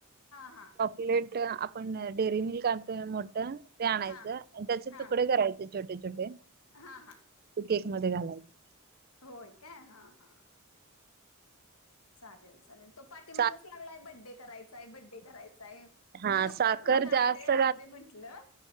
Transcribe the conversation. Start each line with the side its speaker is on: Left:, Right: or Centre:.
Left: हा हा.
Right: लेट आपण डेरीमिल्क आणतोय ना मोठ. ते आणायचं
Left: हा
Right: आणि त्याचे
Left: हा
Right: तुकडे करायचे छोटे- छोटे.
Left: हा हा
Right: केक मध्ये घालायचे.
Left: होय काय हा हा. चालेल चालेल. तो पाठीमागच
Right: सा
Left: लागलाय बड्डे करायचाय बड्डे करायचाय.
Right: हा
Left: मी नकोच
Right: साखर
Left: म्हणालते
Right: जास्त
Left: राहु दे म्हंटलं